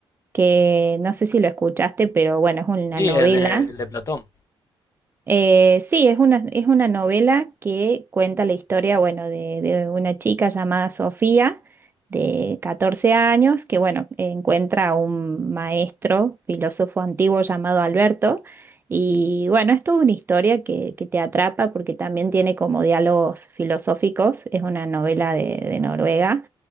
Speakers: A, on the right; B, on the left.
A: que no sé si lo escuchaste, pero bueno, es una
B: Sí,
A: novela
B: el de, el de Platón.
A: eh, sí, es una, es una novela que cuenta la historia, bueno, de, de una chica llamada Sofía, de 14 años, que, bueno, encuentra a un maestro, filósofo antiguo llamado Alberto. Y, bueno, es toda una historia que, que te atrapa porque también tiene como diálogos filosóficos. Es una novela de, de Noruega.